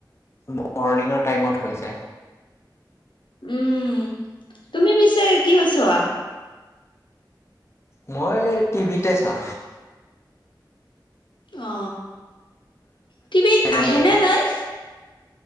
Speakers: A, on the left (about 35°); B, on the left (about 80°).
A: মৰ্ণিঙৰ টাইমত হৈ যায়
B: উম তুমি পিছে কিহত চোৱা
A: মই টিভিতে চাওঁ
B: অ টিভিত
A: চেনেলৰ
B: আহে নে লাইভ